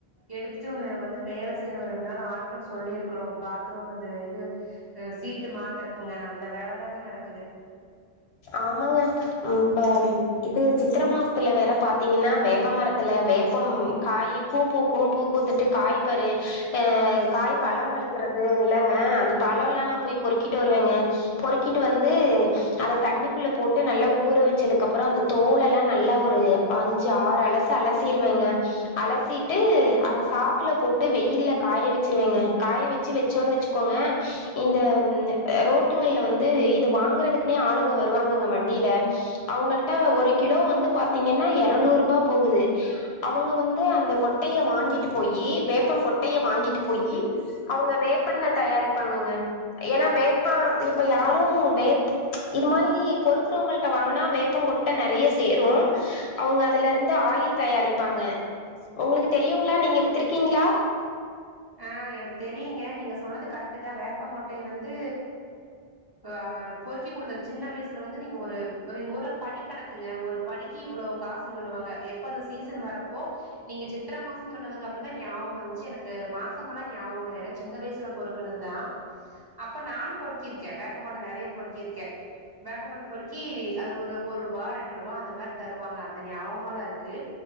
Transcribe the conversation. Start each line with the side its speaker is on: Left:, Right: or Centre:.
Right: எடுத்துட்டு வந்து வேல செய்யணும் ரெண்டு நாள் ஆட்கள் சொல்லிருக்கிறோ பாத்ரூம் இந்த இது சீட்டு மாத்திருக்குங்க அந்த வேலதாங்க நடக்குது
Left: ஆமாங்க இப்ப இது சித்திர மாசத்துல வேற பாத்தீங்கன்னா வேப்ப மரத்துல வேப்பம் காய் பூ பூக்கும் பூ பூத்துட்டு காய் பரு அஹ் காய் பழம் பழுக்கறது இல்லங்க அந்த பழம் எல்லா நா போய் பொறுக்கிட்டு வருவேங்க பொறுக்கிட்டு வந்து அத தண்ணிக்குள்ள போட்டு நல்லா ஊற வச்சதுக்கு அப்புறோ அந்த தோலெல்லா நல்லா ஒரு அஞ்சு ஆறு அலசு அலசிருவேங்க அலசிட்டு அத சாக்குல போட்டு வெயில்ல காய வச்சிருவேங்க காய வச்சு வச்சோன்னு வச்சுக்கோங்க இந்த ரோட்டுங்கள்ல வந்து இது வாங்கறதுக்குனே ஆள் ளுங்க வருவாங்கங்க வண்டில அவங்கள்ட்ட ஒரு கிலோ வந்து பாத்தீங்கன்னா எரநூறு ரூபா போகுது அவங்க வந்து அந்த கொட்டைய வாங்கிட்டு போயி வேப்ப கொட்டைய வாங்கிட்டு போயி அவங்க வேப்பெண்ண தயாரிப்பாங்கங்க ஏன்னா வேப்ப இப்ப யாரு வேப் இது மாரி பொறுக்குறவங்கள்ட வாங்குனா வேப்பங் கொட்ட நெறைய சேரும் அவுங்க அதுல இருந்து ஆயில் தயாரிப்பாங்க உங்களுக்கு தெரியுங்களா நீங்க வித்திருக்கீங்களா
Right: ஆஹ் எனக்கு தெரியுங்க நீங்க சொன்னது கரெக்ட்தா வேப்பகொட்டைய வந்து ஆஹ் பொறுக்கி கொடுத்தது சின்ன வயசுல வந்து நீங்க ஒரு ஒரு எங்க ஊரல படி கணக்குங்க ஒரு படிக்கு இவ்வள காசுன்னு சொல்லுவாங்க எப்ப அந்த சீசன் வரப்போ நீங்க சித்திர மாச சொன்னதுங்க அப்புறதா நீயாபக வந்துச்சு எனக்கு மா மாசம்லா ஞாபக இல்ல ஏன்னா சின்ன வயசுல பொறுக்குனதுதா அப்ப நானு பொறுக்கிருக்கே வேப்பகொட்டை நெறைய பொறுக்கிருக்கே வேப்பகொட்டை பொறுக்கி அது ஒரு ஒரு ரூபா ரெண்டு ரூபா அந்த மாரி தருவாங்க அந்த ஞாபம்ல இருக்கு